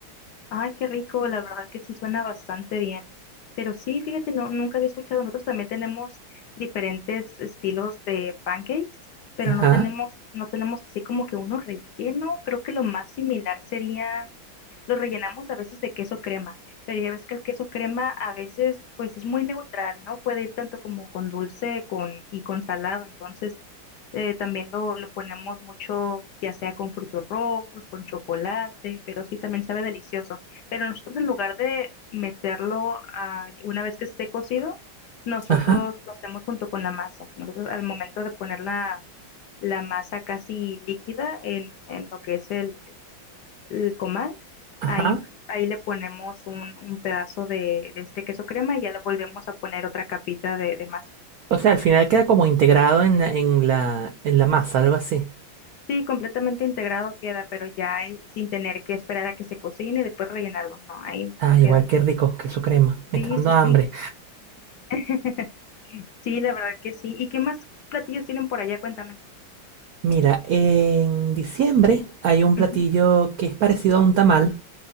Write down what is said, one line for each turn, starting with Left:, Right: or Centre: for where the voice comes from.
Left: Ay, qué rico, la verdad que sí suena bastante bien. Pero sí, fíjate, no, nunca había escuchado. Nosotros también tenemos diferentes estilos de pancakes, pero
Right: Ajá,
Left: no tenemos, no tenemos así como que uno relleno. Creo que lo más similar sería Lo rellenamos a veces de queso crema, pero ya ves que el queso crema a veces pues es muy neutral, ¿no? Puede ir tanto como con dulce con, y con salado, entonces eh, también lo, lo ponemos mucho, ya sea con frutos rojos, con chocolate, pero sí también sabe delicioso. Pero nosotros en lugar de meterlo ah, una vez que esté cocido, nosotros
Right: ajá,
Left: lo hacemos junto con la masa. Nosotros al momento de poner la, la masa casi líquida en, en lo que es el, el comal.
Right: ajá.
Left: Ahí, ahí le ponemos un, un pedazo de, de este queso crema y ya le volvemos a poner otra capita de, de más.
Right: O sea, al final queda como integrado en la, en la, en la masa, algo así.
Left: Sí, completamente integrado queda, pero ya eh, sin tener que esperar a que se cocine y después rellenarlo. No, ahí mismo
Right: Ah,
Left: queda.
Right: igual qué rico, queso crema. Me
Left: Sí,
Right: está dando
Left: sí,
Right: hambre.
Left: sí. <laughs> Sí, la verdad que sí. ¿Y qué más platillos tienen por allá? Cuéntame.
Right: Mira, en diciembre hay un platillo
Left: Ujú.
Right: que es parecido a un tamal,